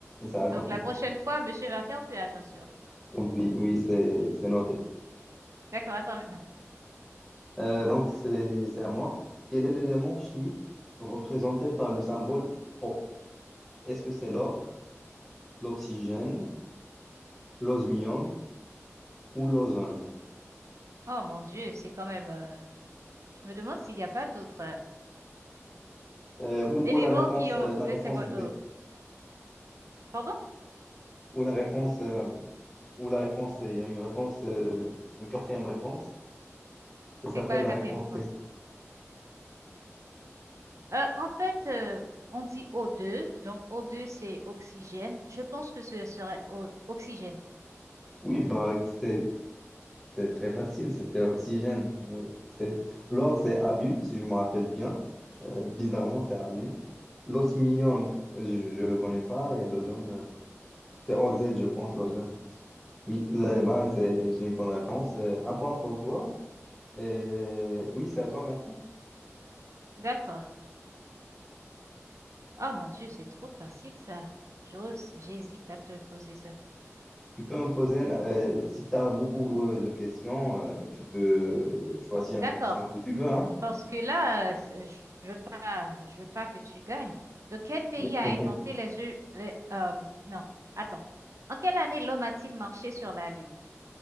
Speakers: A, in the centre; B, on the right.
A: ça, compte-
B: Donc, la prochaine
A: parfait.
B: fois, monsieur va faire plus attention.
A: Oui, oui, c'est c'est noté.
B: D'accord, à toi maintenant.
A: Euh, donc c'est c'est à moi. Quel est l'élément chimique représenté par le symbole O? Est-ce que c'est l'or, l'oxygène, l'osmium ou l'ozone?
B: Oh mon Dieu, c'est quand même... euh, Je me demande s'il n'y a pas d'autres euh,
A: Euh, ou,
B: éléments
A: ou la réponse,
B: qui ont
A: euh, la
B: le
A: réponse
B: symbole
A: D.
B: O. Pardon?
A: Ou la réponse, euh, ou la réponse C. Il y a une réponse, euh, une quatrième réponse. Ça s'appelle
B: C'est quoi la
A: la
B: quatrième
A: réponse
B: réponse?
A: C.
B: Euh, en fait, euh, on dit O2, donc O2 c'est oxygène. Je pense que ce serait o- oxygène.
A: Oui, bah, c'était c'est très facile. C'était oxygène. Oui. C'est, l'or, c'est AU, si je me rappelle bien. Euh, bizarrement, c'est AU. L'osmium, euh, je le connais pas. Et l'ozone, euh, c'est OZ, je pense, l'ozone. Oui, euh, bah, c'est c'est une bonne réponse. Euh, Un point pour toi. Et oui, c'est à toi maintenant.
B: D'accord. Oh mon Dieu, c'est trop facile ça. J'ose, j'hésite à te poser ça.
A: Tu peux me poser, euh, si tu as beaucoup euh, de questions, euh, tu peux choisir
B: D'accord.
A: la question que tu veux, hein.
B: Parce que là, euh, c'est- je je veux pas, je veux pas que tu gagnes. De quel pays
A: <laughs>
B: a inventé les yeux, les, euh, non, attends. En quelle année l'homme a-t-il marché sur la Lune?